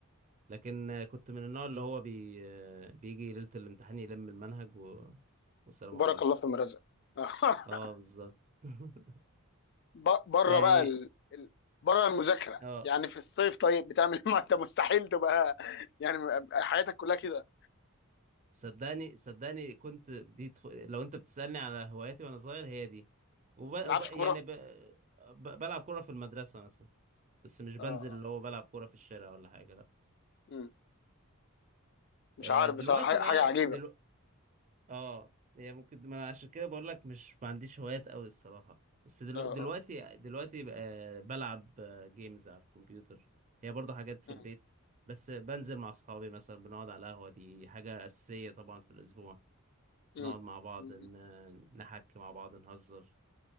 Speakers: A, on the right; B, on the left.
A: لكن آه، كنت من النوع اللي هو بي... آه، بيجي ليلة الامتحان يلم المنهج و... والسلام
B: بارك
A: عليكم
B: الله في المرزق <laughs>
A: اه بالظبط <laughs>
B: ب- بره
A: يعني
B: بقى ال... ال- بره المذاكره
A: اه
B: يعني في الصيف طيب بتعمل إيه؟ <laughs> ما انت مستحيل تبقى يعني م- حياتك كلها كده ما
A: صدقني صدقني كنت دي طف... لو انت بتسألني على هواياتي وانا صغير هي دي وب...
B: تلعبش
A: وب... يعني
B: كوره
A: ب... ب... بلعب كورة في المدرسة مثلا بس مش بنزل
B: اه اه
A: اللي هو بلعب كورة في الشارع ولا حاجة لا
B: مم. مش
A: آه،
B: عارف
A: دلوقتي
B: بصراحه حاجه
A: بقى
B: حاجة عجيبه
A: دلو... اه هي ممكن ما انا عشان كده بقول لك مش ما عنديش هوايات قوي الصراحة بس دلو...
B: اه
A: دلوقتي
B: اه
A: دلوقتي بقى بلعب جيمز على الكمبيوتر هي برضه حاجات
B: مم.
A: في البيت بس بنزل مع اصحابي مثلا بنقعد على القهوة دي حاجة أساسية طبعا في الأسبوع
B: مم.
A: نقعد مع بعض
B: مم.
A: ن- نحكي مع بعض نهزر